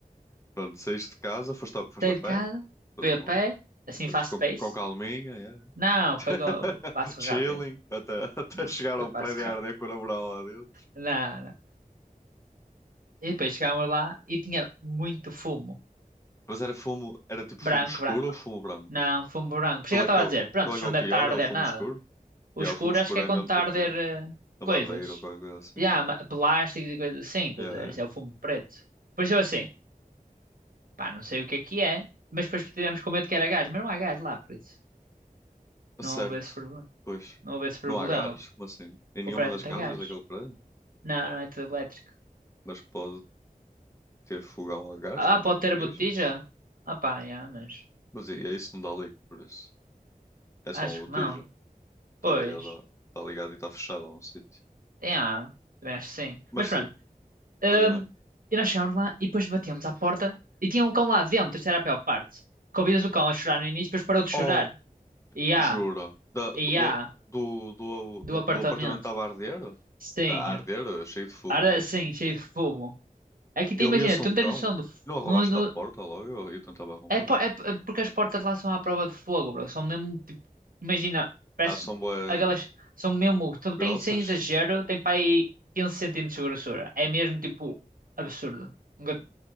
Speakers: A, on the left; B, on the right.
A: Pronto, saíste de casa, foste a, foste
B: Saí
A: a
B: de
A: pé,
B: casa,
A: depois
B: fui a
A: uma,
B: pé, assim
A: depois
B: fast
A: com,
B: pace.
A: com calminha, yeah.
B: Não,
A: <laughs>
B: foi com passo
A: Chilling,
B: rápido.
A: até, até
B: Não,
A: chegar
B: foi
A: ao
B: passo
A: prédio
B: rápido.
A: a arder com a namorada lá dentro.
B: Não, não. E depois chegámos lá e tinha muito fumo.
A: Mas era fumo, era tipo
B: Branco,
A: fumo escuro
B: branco.
A: ou fumo branco?
B: Não, fumo branco. Por
A: Qual
B: isso é que eu estava
A: é que é
B: a
A: o,
B: dizer, pronto,
A: qual
B: isto
A: é que é
B: não
A: o
B: deve
A: pior?
B: estar a
A: É o
B: arder
A: fumo
B: nada.
A: escuro?
B: O
A: Yeah,
B: escuro
A: o fumo escuro
B: acho que é
A: é
B: quando
A: mesmo
B: está
A: tipo
B: a arder eh,
A: da
B: coisas.
A: madeira ou qualquer coisa assim,
B: E
A: não?
B: há ma- plásticos e coisas assim, estás
A: é? Yeah,
B: a ver?
A: yeah.
B: Isso é o fumo preto. Depois eu assim, pá, não sei o que é que é, mas depois tivemos com medo que era gás, mas não há gás lá, por isso. não
A: Certo,
B: houvesse, proble-
A: pois.
B: não houvesse problema.
A: Não há gás? Como assim? Em nenhuma
B: O prédio
A: das
B: não tem
A: casas
B: gás.
A: daquele prédio?
B: Não, não é tudo elétrico.
A: Mas pode ter fogão a gás
B: Ah,
A: com
B: pode
A: botijas?
B: ter botija? Ah pá, yeah, mas
A: Mas é é isso, não dá leak por isso. É só
B: acho
A: uma botija.
B: que não.
A: Está
B: Pois,
A: ligada, está ligada e está fechada a um sítio.
B: yeah, também acho que sim.
A: Mas
B: Mas
A: sim,
B: pronto, hum,
A: continua.
B: e nós chegámos lá e depois batemos à porta e tinha um cão lá dentro, isso era a pior parte. Convidas o cão a chorar no início, depois parou de chorar.
A: Oh,
B: E há,
A: jura? Da,
B: e
A: do,
B: há,
A: do, do,
B: do
A: do,
B: apartamento.
A: do apartamento estava a arder?
B: Sim,
A: A arder, cheio de fumo,
B: era
A: não é?
B: sim, cheio de fumo. É que tu
A: Eu
B: imagina,
A: via-se
B: tu
A: um
B: não
A: cão.
B: tens noção do, f-
A: Não arrombaste
B: não, não,
A: da porta logo? Eu, eu tentava arrombar.
B: É, po- é p- porque as portas lá são à prova de fogo, bro. São mesmo, tipo, imagina, parece,
A: Ah, são bué
B: aquelas, são mesmo, são-
A: grossas?
B: tem sem exagero, tem para aí 15 centímetros de grossura. É mesmo, tipo, absurdo. Nunca-